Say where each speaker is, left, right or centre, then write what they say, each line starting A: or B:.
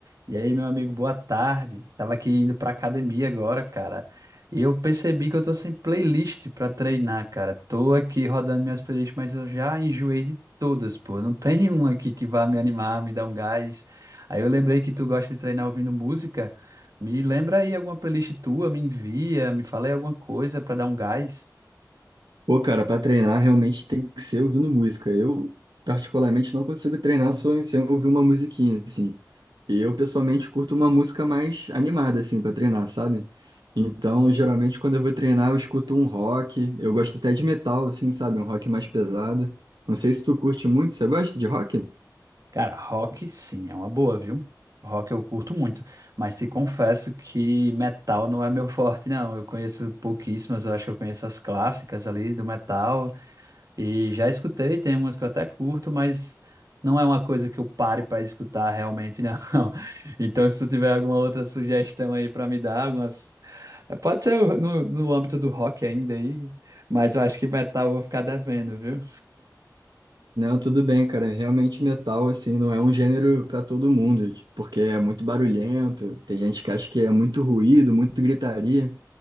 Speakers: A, on the right (about 55°); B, on the right (about 85°).
A: E aí, meu amigo, boa tarde. Tava aqui indo pra academia agora, cara. E eu percebi que eu tô sem playlist pra treinar, cara. Tô aqui rodando minhas playlists, mas eu já enjoei de todas, pô. Não tem <laughs> uma aqui que vá me animar, me dar um gás. Aí eu lembrei que tu gosta de treinar ouvindo música. Me lembra aí alguma playlist tua, me envia, me fala aí alguma coisa pra dar um gás.
B: Pô, cara, pra treinar realmente tem que ser ouvindo música. Eu, particularmente, não consigo treinar só sem ouvir uma musiquinha, assim. E eu, pessoalmente, curto uma música mais animada, assim, pra treinar, sabe? Então, geralmente, quando eu vou treinar, eu escuto um rock. Eu gosto até de metal, assim, sabe? Um rock mais pesado. Não sei se tu curte muito. Você gosta de rock?
A: Cara, rock sim, é uma boa, viu? Rock eu curto muito, mas te confesso que metal não é meu <laughs> forte, não. Eu conheço pouquíssimas, eu acho que eu conheço as clássicas ali do metal e já escutei, tem umas que eu até curto, mas não é uma coisa que eu pare para escutar realmente, não. <laughs> Então, se tu tiver alguma outra sugestão aí para me dar, algumas. Pode ser no, no âmbito do rock ainda aí, mas eu acho que metal eu vou ficar devendo, viu?
B: Não, tudo bem, cara. Realmente metal, assim, não é um gênero pra todo mundo, porque é muito barulhento, tem gente que acha que é muito ruído, muito gritaria.